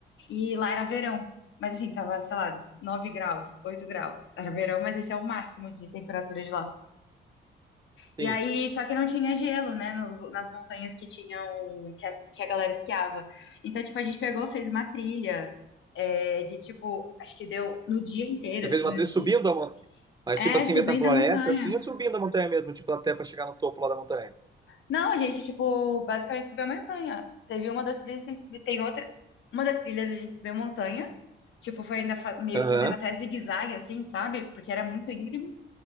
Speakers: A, on the left; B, on the right.
A: E lá era verão. Mas assim, tava, sei lá, 9 graus, 8 graus. Era verão, mas esse é o máximo de temperatura de lá. E
B: sim.
A: aí, só que não tinha gelo, né? nos- nas montanhas que tinham, que, as- que a galera esquiava. Então, tipo, a gente pegou, fez uma trilha, é, de tipo, acho que deu no dia inteiro,
B: Você
A: assim,
B: fez uma
A: nos
B: trilha subindo
A: dias.
B: a montanha, mas
A: É,
B: tipo assim,
A: subindo
B: metafloresta,
A: a montanha.
B: assim, ou subindo a montanha mesmo, tipo até para chegar no topo lá da montanha?
A: Não, a gente, tipo, basicamente subiu a montanha. Teve uma das trilhas que a gente subiu, tem outra. Uma das trilhas a gente subiu a montanha. Tipo, foi ainda fa- meio
B: Aham.
A: que fazendo até zigue-zague, assim, sabe? Porque era muito íngreme.